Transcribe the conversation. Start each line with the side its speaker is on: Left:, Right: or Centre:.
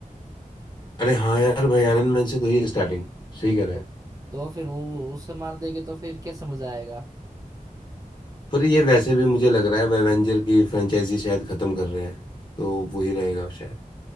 Left: अरे हाँ यार भाई आयरन मैन से तो ये स्टार्टिंग सही कह रहा
Right: तो
Left: है
Right: तो फिर वो उससे मार देंगे तो फिर क्या समझ आएगा
Left: पर ये वैसे भी मुझे लग रहा है एवेंजर की फ्रेंचाइजी शायद खत्म कर रहे हैं तो वही रहेगा अब शायद